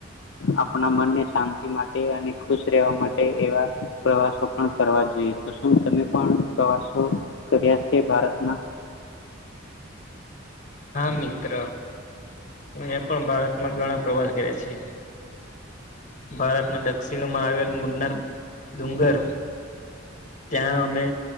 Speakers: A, on the left; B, on the left.
A: આપણા મનને શાંતિ માટે અને ખુશ રહેવા માટે એવા પ્રવાસો પણ કરવા જોઈએ. તો શું તમે પણ પ્રવાસો કર્યા છે ભારતના
B: હા મિત્ર મેં પણ ભારતમાં ઘણા પ્રવાસ કર્યા છે ભારતના દક્ષિણમાં આવેલ મુન્નાર ડુંગર ત્યાં અમે